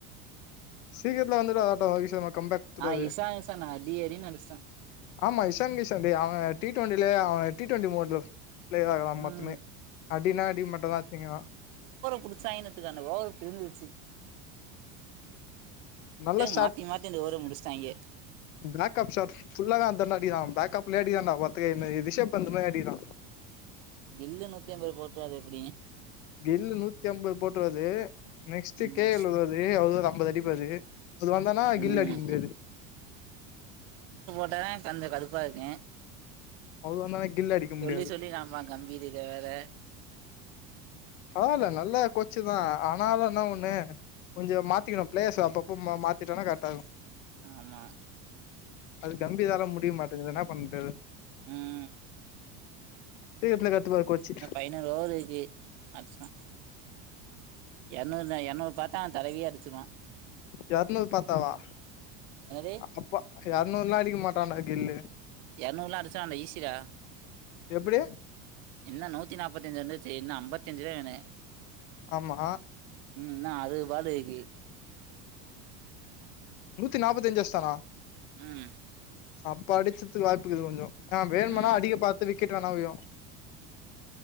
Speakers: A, on the left; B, on the right.
A: சக்கத்ல வந்த கம்பக் கொடுத்துது
B: ஆ இஷான் இஷான் அடி அடின்னு அடிச்ட்டா
A: ஆமா இசான்சி அவ டி டுவெண்ட அவ டி ண்டி மலம் பிதாம்
B: ம்
A: மத்துமே அடினா அடி மட்டும்தான் வச்சீங்களா
B: புிடிச்சா இனத்துக்கு அந்த ஓ பிரிந்துடுச்சு
A: நல்ல ்
B: மாத்தி மாத்தி இந்த ஓவர முடிச்ட்டாங்க
A: பேக்கப்்ட்ுல்ல தான்ாடிான் பேப்ையாடிான் இதே மா ரிஷப் பந்த் மாரி அடிக்கனும்
B: கில்லு நூத்தி ஐம்பது போட்டா அது எப்டிங்க
A: கெயில் நூத்திஅம்பது போட்டுரூவாரு நெக்ஸ்ட்
B: ம்
A: கேஎல் எழுவது அம்பது அடிப்பாரு அவரு வந்தானா கில்லு
B: ம்
A: அடிக்க முடியாது
B: அதான் கொஞ்ச கடுப்பா இருக்கேன்
A: அவ்ளோ நேர கில் அடிக்க
B: சொல்லி
A: முடியாது
B: சொல்லி நா பாக்கன் நம்பிர்து வேற
A: பரவால்ல நல்ல கோச்சு தா ஆனாலு என்ன ஒன்னு கொஞ்சோ மாத்திக்கணு பிளேயர்ஸ் அப்பப்போ மாத்திட்டோனா கரெக்ட்டா இருக்கு
B: ஆமா
A: அது கம்பிதால முடிய மாட்டேங்கது என்ன பண்றது
B: ம்
A: சீக்கிரத்துல கத்துப்பாரு கோச்சு
B: இன்னு பைனல் ஓவர் இருக்கி அடிச்சிட்டா என்னென்ன என்னோ பாத் தா தலையிலியே அடிச்சுக்குவா
A: எரநூறு பாத்தாவா
B: என்னது
A: அப்ப எரநூறு நாளைக்கு மட் தான கில்லு
B: எர்நூரெல்லா அடிச்சா அந்த ஈசிடா
A: எப்டி
B: இன்னு நூத்தி நாப்பத்தி அஞ்சி இருந்துச்சி இன்னு ஐம்பத் தஞ்சி தா வேனு
A: ஆமா
B: ம் இன்ன அது பாட்டுக்கு ஏ
A: நூத்தி நாப்பத்தஞ் அச்சிட்டானா
B: ம்
A: அப்ப அடிச்சதுக்கு வாய்ப்புக்குது கொஞ்சோ ஆ வேணும்னா
B: ம்
A: அதிக பாத்து வி கிட்டு வேனா வையு